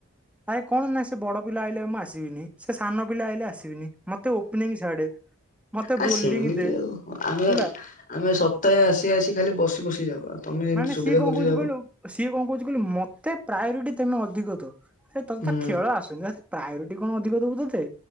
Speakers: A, in the centre; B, on the left (about 35°).
A: ଆରେ କଣ ନା ସେ ବଡ ପିଲା ଆଇଲେ ମୁଁ ଆସିବିନି ସେ ସାନ ପିଲା ଆଇଲେ ଆସିବିନି। ମତେ ଓପନିଂ ଛାଡେ ମତେ
B: ଆ
A: ବୋଲିଂ
B: ସେମିତି
A: ଦେ ହେଲା।
B: ଆଉ ଆମେ ଆମେ ସପ୍ତାଏ ଆସି ଆସି ଖାଲି ବସି ବସି ଯାଉ ଆଉ। ତମେ ଏମିତି
A: ମାନେ
B: ସୁବିଧା
A: ସିଏ କଅଁ
B: ଖୋଜିଲେ
A: କହୁଛି
B: ହବ
A: କହିଲୁ। ସିଏ କଅଁ କହୁଛି କହିଲୁ ମତେ ପ୍ରାୟୋରିଟି ତମେ ଅଧିକ ଦବ ତତେତ
B: ହୁଁ
A: ଖେଳ ଆସୁନି। ପ୍ରାୟୋରିଟି କଣ ଅଧିକ ଦବୁ ତତେ